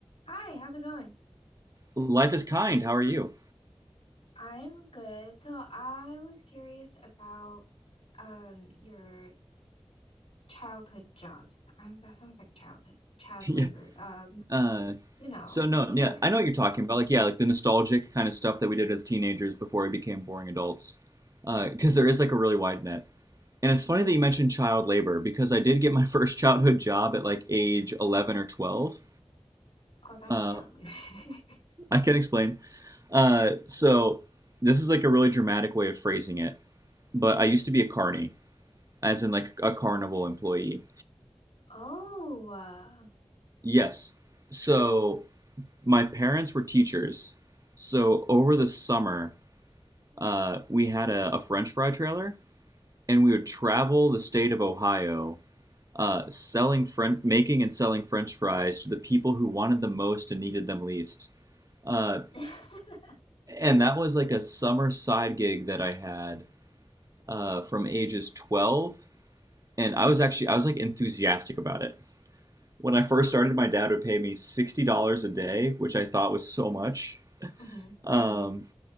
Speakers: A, on the left; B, on the right.
A: Hi, how's it going?
B: life is kind. How are you?
A: I'm good. So I was curious about um your childhood jobs. I mean, that sounds like childhood
B: <laughs>
A: child
B: yeah.
A: labor. Um,
B: Uh,
A: you know,
B: so no,
A: you know
B: yeah,
A: what I mean.
B: I know what you're talking about. Like, yeah, like the nostalgic kind of stuff that we did as teenagers before we became boring adults.
A: Yes,
B: Uh, Because
A: yes.
B: there is like a really wide net. And it's funny that you mentioned child labor because I did get my <laughs> first childhood job at like age 11 or 12.
A: Oh, that's
B: Uh,
A: child labor. <laughs>
B: I can explain. Uh, so this is like a really dramatic way of phrasing it, but I used to be a carny, as in like a carnival employee.
A: Oh, uh,
B: Yes. So my parents were teachers, so over the summer, uh, we had a, a French fry trailer, and we would travel the state of Ohio, uh, selling French, making and selling French fries to the people who wanted them most and needed them least. Uh,
A: <laughs>
B: and that was like a summer side gig that I had uh, from ages 12, and I was actually I was like enthusiastic about it. When I first started, my dad would pay me sixty dollars a day, which I thought was so much.
A: hmm
B: Um,
A: hmm